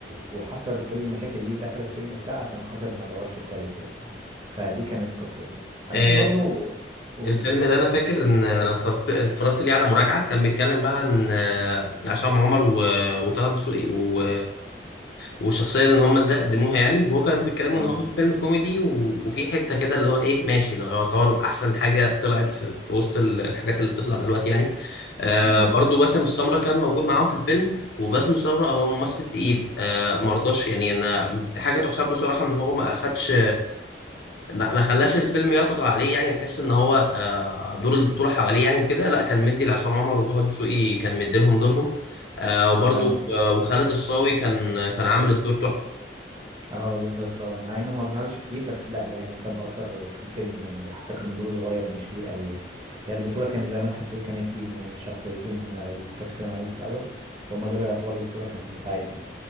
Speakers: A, on the right; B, on the left.
A: وحصل كل المشاكل دي ودخل السجن وبتاع عشان خاطر ما دورش كويس بس فدي كانت قصته انا
B: آه
A: في برضو قول
B: الفيلم ده انا فاكر ان انا اتفرجت اتفرجت ليه على مراجعة كان بيتكلم بقى عن آه، عصام عمر و... وطه الدسوقي و... والشخصيه اللي هم ازاي قدموها يعني وهو كان بيتكلموا
A: اه
B: ان هو الفيلم كوميدي و... وفي حته كده اللي هو ايه ماشي ده يعتبر احسن حاجه طلعت في, في وسط ال- الحاجات اللي بتطلع دلوقتي يعني آه
A: امم
B: برضو باسم السمره كان موجود معاهم في الفيلم وباسم السمره هو ممثل تقيل آه مرضاش يعني انا حاجه تحسب له صراحه ان هو ما اخدش ما ما خلاش الفيلم يطغى عليه يعني نحس ان هو آه، دور البطوله حواليه يعني كده لا كان مدي لعصام عمر وطه دسوقي كان مدي لهم دورهم آه، وبرضو
A: اه
B: آه، وخالد الصاوي كان كان عامل الدور تحفه
A: اه بالظبط اه مع انه ما ظهرش كتير بس لا يعني ساب اثر في الفيلم يعني حتى كان دوره صغير مش كبير قوي يعني هي البطولة كانت زي ما انت بتقول كانت ليهم يعني الشخصيتين اللي انت بتتكلم عليهم في الاول فهم دول يعتبر البطولة كانت بتاعتهم